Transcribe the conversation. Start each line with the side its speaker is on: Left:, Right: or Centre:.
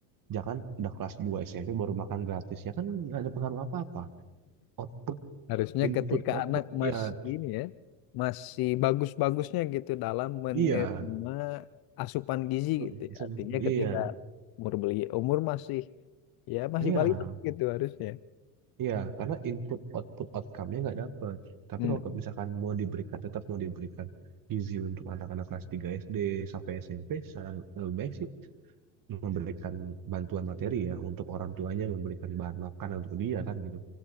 Right: Jangan udah kelas 2 SMP baru makan gratis. Ya kan nggak ada pengaruh apa-apa. Out-
Left: Harusnya
Right: Input,
Left: ketika
Right: output,
Left: anak mas
Right: iya,
Left: ini ya masih bagus-bagusnya gitu dalam menerima
Right: iya,
Left: asupan gizi
Right: Mm,
Left: gitu ya. Artinya
Right: iya,
Left: ketika umur beli umur masih ya masih
Right: iya.
Left: balita gitu harusnya.
Right: Iya, karena input output outcome-nya nggak dapet. Tapi
Left: Hmm.
Right: kalau ke- misalkan mau diberikan, tetap mau diberikan gizi untuk anak-anak kelas 3 SD sampai SMP, saya lebih baik sih memberikan bantuan materi ya untuk orang tuanya memberikan bahan makanan untuk dia kan gitu.